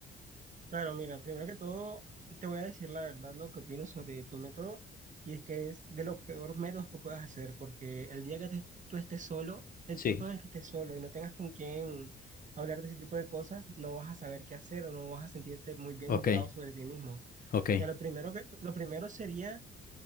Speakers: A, on the right; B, on the left.
A: Claro, mira, primero que todo, te voy a decir la verdad lo que opino sobre tu método, y es que es de los peores métodos que puedas hacer, porque el día que te- tú estés solo, el
B: Sí,
A: tiempo en el que estés solo y no tengas con quién hablar de ese tipo de cosas, no vas a saber qué hacer o no vas a sentirte muy bien
B: ok,
A: juzgado sobre ti mismo.
B: ok,
A: Ya lo primero que, lo primero sería